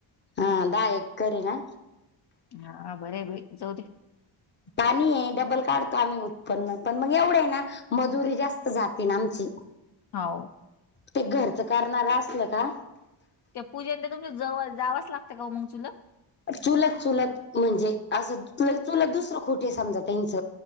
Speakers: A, on the left; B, on the left.
A: हा द एक करी ना.
B: हा बर भ जाऊ दे.
A: पाणी आहे डबल काढतो आम्ही उत्पन्न पण मग एवढं आहे ना. मजुरी जास्त जाती ना आमची.
B: हो
A: ते घरचं करणारं असलं का.
B: त्या पूजेनंतर तुमच्या जवळ जांच लागतं का मग तुला.
A: चुलत चुलत म्हणजे असं चुलत दुसरं खोटे समजा त्यांच.